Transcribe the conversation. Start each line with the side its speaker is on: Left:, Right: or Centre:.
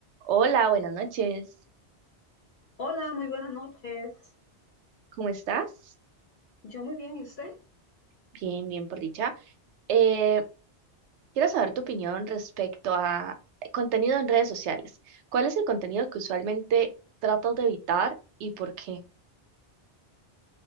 Right: Hola, buenas noches.
Left: Hola, muy buenas noches.
Right: ¿Cómo estás?
Left: Yo muy bien, ¿y usted?
Right: Bien, bien, por dicha. Eh, quiero saber tu opinión respecto a contenido en redes sociales. ¿Cuál es el contenido que usualmente tratas de evitar y por qué?